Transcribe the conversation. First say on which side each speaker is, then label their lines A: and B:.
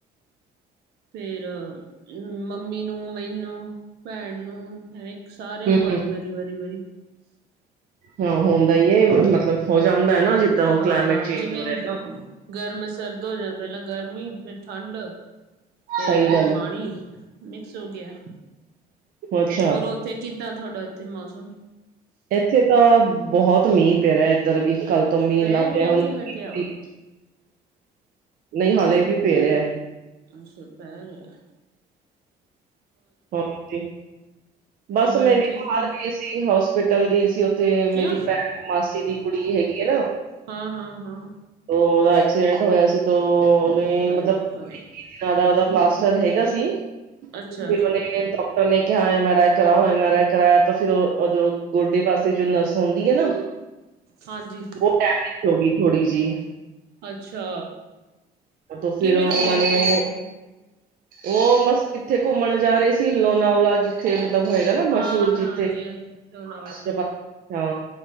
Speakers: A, on the right; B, on the right.
A: ਫੇਰ ਮੰਮੀ ਨੂੰ ਮੈਨੂੰ ਭੈਣ ਨੂੰ ਸਾਰਿਆਂ
B: ਹੂੰ,
A: ਨੂੰ ਵਾਰੀ
B: ਹੂੰ
A: ਵਾਰੀ ਵਾਰੀ ਵਾਰੀ
B: ਹਾਂ, ਹੁੰਦਾ ਏ ਮਤਲਬ ਹੋ ਜਾਂਦਾ ਹੈ ਨਾ ਜਿੱਦਾਂ ਹੁਣ
A: ਹਾਂ,
B: ਕਲਾਈਮੇਟ ਚੇਂਜ
A: ਜਿਵੇਂ
B: ਹੋ ਰਿਹਾ ਤਾਂ।
A: ਗਰਮ ਸਰਦ ਹੋ ਜਾਣਾ ਪਹਿਲਾਂ ਗਰਮੀ ਫੇਰ ਠੰਡ ਤੇ
B: ਸਹੀ
A: ਫਿਰ
B: ਗੱਲ
A: ਪਾਣੀ
B: ਹੈ,
A: ਮਿਕਸ ਹੋ ਗਿਆ
B: ਅੱਛਾ
A: ਔਰ ਉੱਥੇ ਕਿੱਦਾਂ ਤੁਹਾਡਾ ਇੱਥੇ ਮੌਸਮ
B: ਇੱਥੇ ਤਾਂ ਬਹੁਤ ਮੀਂਹ ਪੈ ਰਿਹਾ ਇੱਧਰ ਵੀ ਕੱਲ ਤੋਂ ਮੀਂਹ
A: ਪੈ
B: ਇੰਨਾ
A: ਰਿਹਾ
B: ਪਿਆ ਹੁਣ
A: ਕੇ ਹਟਿਆ
B: ਵੀ- ਨਹੀਂ ਹਾਲੇ ਵੀ ਪੇ ਰਿਹਾ
A: ਅੱਛਾ ਪੈ ਰਿਹਾ
B: ਹੋਰ ਜ ਬਸ
A: ਮੰਮੀ
B: ਮੈਂ
A: ਹੁਣ
B: ਵੀ
A: ਠੀਕ
B: ਬਾਹਰ
A: ਨੇ
B: ਗਈ ਸੀ ਹੋਸਪਿਟਲ ਗਈ ਸੀ ਤੇ
A: ਕਿਆ
B: ਮੇਰੀ ਭੈਣ ਮਾਸੀ ਦੀ ਕੁੜੀ ਹੈਗੀ ਆ ਨਾ
A: ਹਾਂ ਹਾਂ ਹਾਂ
B: ਉਹਦਾ ਐਕਸੀਡੈਂਟ ਹੋਇਆ ਸੀ, ਤੋਂ ਉਹਨੇ
A: ਹਾਏ
B: ਮਤਲਬ
A: ਹਾਏ ਹਾਏ
B: ਨਾ ਦਾ ਉਹਦਾ ਪਲਾਸਟਰ ਹੈਗਾ ਸੀ।
A: ਅੱਛਾ
B: ਫਿਰ ਡਾਕਟਰ ਨੇ ਕਿਹਾ ਐਮ ਆਰ ਆਈ ਕਰਾਓ, ਐਮ ਆਰ ਆਈ ਕਰਾਇਆ ਤਾਂ ਫਿਰ ਦੋਂ ਗੋਡੇ ਵਸੀ ਜਿਨਾਂ ਸੌ ਦੀ ਐ ਨਾ
A: ਹਾਂਜੀ
B: ਉਹ ਡੈਮੇਜ ਹੋ ਗਈ ਥੋੜੀ ਜੀ
A: ਅੱਛਾ
B: ਤੋਂ,
A: ਕਿਵੇਂ
B: ਫਿਰ ਉਹਨਾਂ
A: ਹੋ ਗਿਆ ਐਕਸੀਡੈਂਟ
B: ਨੇ ਉਹ ਬਸ ਕਿੱਥੇ ਘੁੰਮਣ ਜਾ ਰਹੇ ਸੀ, ਲੋਨਾਵਲਾ ਜ ਇੱਥੇ ਮਤਲਬ ਹੋਏਗਾ ਨਾ
A: ਹਾਂ
B: ਮਸ਼ਹੂਰ,
A: ਹਾਂ ਹਾਂਜੀ
B: ਜਿੱਥੇ ਰਾਸ਼ਟਰਪਤੀ
A: ਹਾਂਜੀ ਲੋਨਾਵਲਾ
B: ਹਾਂ